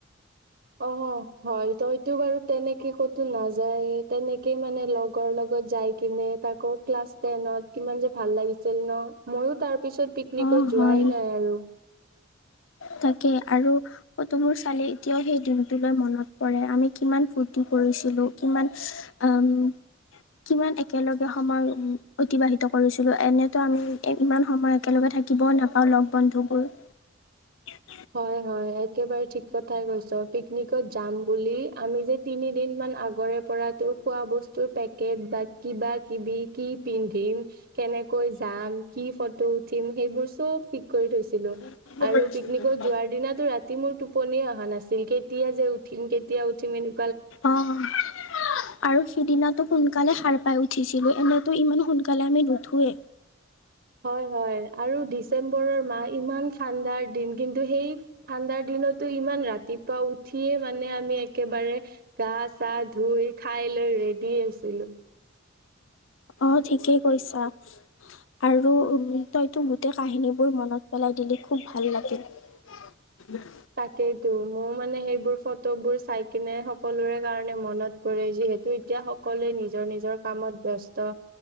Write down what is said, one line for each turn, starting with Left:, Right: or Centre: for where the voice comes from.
Right: অ হয় তইতো এইটো বাৰু তেনেকে ক'তো নাযায় তেনেকে মানে লগৰ লগত যাই কিনে তাকো ক্লাছ টেনত কিমান যে ভাল লাগিছিল ন মইও তাৰপিছত পিক নিকত
Left: অ'
Right: যোৱাই
Left: হয়
Right: নাই আৰু।
Left: তাকে আৰু ফটো বোৰ চালে এতিয়াও সেই দিনটোলৈ মনত পৰে আমি কিমান ফূৰ্তি কৰিছিলো কিমান আ ম কিমান একেলগে সময় অতিবাহিত কৰিছিলো এনেতো আমি ইমান সময় একেলগে থা কিব নাপাওঁ লগ বন্ধুবোৰ। <inaudible>
Right: হয় হয় একেবাৰে ঠিক কথাই কৈছ পিকনিকত যাম বুলি আমি যে তিনি দিন মান আগৰে পৰা তোৰ খোৱা বস্তুৰ পেকেট বা কিবা কিবি কি পিন্ধিম কেনকৈ যাম কি ফটো উঠিম সেইবোৰ চব ঠিক কৰি থৈছিলো।
Left: <unintelligible>
Right: আৰু পিকনিকত যোৱাৰ দিনাৰটো ৰাতি মোৰ টোপনিয়ে অহা নাছিল কেতিয়া যে উঠিম কেতিয়া উঠিম এনে
Left: অঁহ আৰু সিদিনাটো সোনকালে সাৰ পাই উঠিছিলোঁ এনেইতো ইমান সোনকালে আমি নুঠোৱে।
Right: হয় হয় আৰু ডিচেম্বৰৰ মাহ ইমান ঠাণ্ডাৰ দিন কিন্তু সেই ঠাণ্ডাৰ দিনতটো ইমান ৰাতিপুৱা উঠিয়ে মানে আমি একেবাৰে গা চা ধুই খাই লৈ ৰেডি আছিলো।
Left: অ ঠিকেই কৈছা আৰু
Right: উম
Left: তইতো গোটেই কাহিনীবোৰ মনত পেলাই দিলে খুব ভাল লাগিল।
Right: তাকেইতো মোৰ মানে সেইবোৰ ফ টোবোৰ চাই কিনে সকলোৰে কাৰণে মনত পৰে যিহেতু এতিয়া সকলোৱে নিজৰ নিজৰ কামত ব্যস্ত।